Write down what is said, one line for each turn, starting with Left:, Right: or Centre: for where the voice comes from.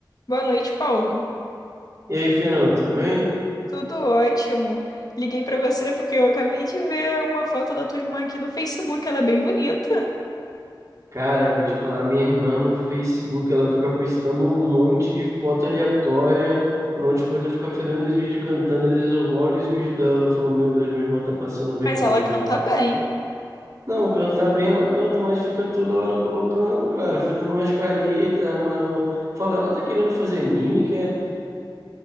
Left: Boa noite, Paulo.
Right: E aí, Fernanda, tudo bem?
Left: Tudo ótimo. Liguei pra você porque eu acabei de ver uma foto da tua irmã aqui no Facebook. Ela é bem bonita,
Right: Cara, vou te falar, minha irmã no Facebook, ela fica postando um monte de foto aleatória, um monte de coisa, fica fazendo os vídeos cantando. Às vezes eu olho os vídeos dela e falo, meu Deus, minha irmã tá passando vergonha.
Left: mas ela canta bem.
Right: Não, cantar bem ela canta, mas fica toda hora colocando, cara, fazendo umas caretas, uma... uma- Fala, ela tá querendo fazer mímica,